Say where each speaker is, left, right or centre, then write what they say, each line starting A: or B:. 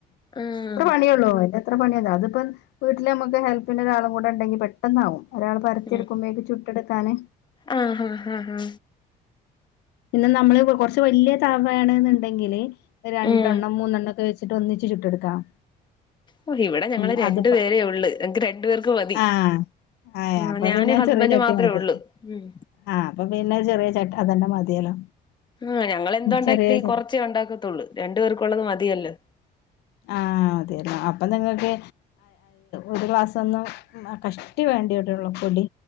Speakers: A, on the left; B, on the left.
A: ആഹ്
B: പണിയള്ളു <unintelligible> ഇത്ര പണിയന്ന അതിപ്പം വീട്ടില് നമുക്ക് ഹെൽപ്പ്ന് ഒരാളും കൂടെണ്ടങ്കിൽ പെട്ടന്നാവും. ഒരാൾ പരത്തി
A: ഉം
B: എടുക്കുമ്പോഴേക്ക് ചുട്ടെടുക്കാന്
A: ആഹ് ഹഹ് ആഹ് ആഹ
B: പിന്നെ നമ്മള് കുറച്ച് വലിയ തവയണെന്നുണ്ടെങ്കില് രണ്ടെണ്ണം
A: ഉം
B: മൂന്നെണ്ണം ഒക്കെ വെച്ച് ചിട്ട് ഒന്നിച്ച് ചുട്ടെടുക്കാം.
A: ഓ ഇവിടെ ഞങ്ങള്
B: ഉം
A: രണ്ടു
B: അതിപ്പ
A: പേരേ ഉള്ളു, എങ്ങക്ക് രണ്ടു പേർക്ക് മതി.
B: ആഹ് ആഹ്
A: ഉ
B: അപ്പൊ
A: ഞാനും
B: പിന്നെ
A: ഹസ്ബൻ്റ്
B: ചെറിയ ചട്ടി
A: മാത്ര
B: മതി
A: ഉള്ളൂ. ഉം
B: ആഹ് അപ്പൊ പിന്നെ ചെറിയ ചട്ട അതെന്റെ മതിയല്ലോ
A: ആ ഞങ്ങെളന്തു ഉണ്ടെങ്കില്
B: ചെറിയ
A: ഈ
B: ച
A: കുറച്ചേ ഉണ്ടാക്കത്തുള്ളൂ, രണ്ടു പേർക്കുള്ളത് മതിയല്ലേ.
B: ആ അതേ അപ്പം നിങ്ങൾക്ക് ഒരു മാസൊന്നും കഷ്ടി വേണ്ടിവരൊള്ളു കൂടി